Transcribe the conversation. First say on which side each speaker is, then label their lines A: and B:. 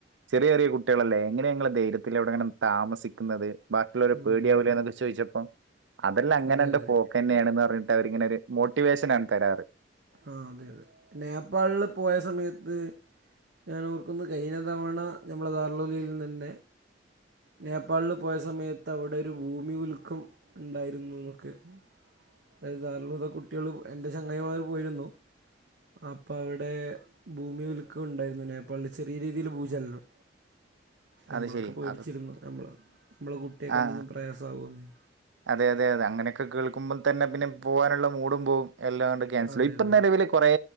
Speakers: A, on the right (about 80°); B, on the right (about 65°).
A: ചെറിയ ചെറിയ കുട്ടികളല്ലേ എങ്ങനെ ഇങ്ങള് ധൈര്യ ത്തിലവിടങ്ങനെ താമസി ത്തിക്കുന്നത് ബാക്കിയുളോരെ
B: മറ്റുള്ളവരെ
A: പേടിയാവുലേ എന്നൊക്കെ ചോദിച്ചപ്പോ അതെല്ലാം അങ്ങനെ
B: അതെ
A: അഡ്
B: അതെ
A: പോ ക്കന്നേണ്ന്ന് പറഞ്ഞിട്ട് അവരിങ്ങനെ ഒരു മോട്ടിവേഷനാണ് തരാറ്.
B: ആഹ് അതെ അതെ നേപ്പാളില് പോയ സമയത്ത് ഞാൻ ഓർക്കുന്നു കഴിഞ്ഞ തവണ ഞമ്മളെ <unintelligible> നിന്ന് തന്നെ. നേപ്പാളിൽ പോയ സമയത്ത് അവിടെ ഒരു ഭൂമി കുലുക്കം ഉണ്ടായിരുന്നു എന്നൊക്കെ. <unintelligible> കുട്ടികളും എന്റെ ചങ്ങായിമാർ പോയിരുന്നു. അപ്പ അവിടെ ഭൂമി കുൽക്കുണ്ടായിരുന്നു നേപ്പാളിൽ ചെറിയ രീതിയിൽ ഭൂചലനം. നമ്മളൊക്കെ
A: അത് ശരി
B: പേടിച്ചിരുന്നു
A: അത്
B: നമ്മള് നമ്മളെ കുട്ടിയാക്ക്
A: ആ
B: എന്തെങ്കിലും പ്രയാസാകുമോന്ന്?
A: അതെ അതെ അതെ അങ്ങനെയൊക്കെ കേൾക്കുമ്പോം തന്നെ പിന്നെ പോവാനുള്ള മൂടും പോവും എല്ലാം കൊണ്ട് ക്യാൻസൽ
B: അതെ
A: ഇപ്പ
B: അതെ
A: നിലവിൽ. കുറേ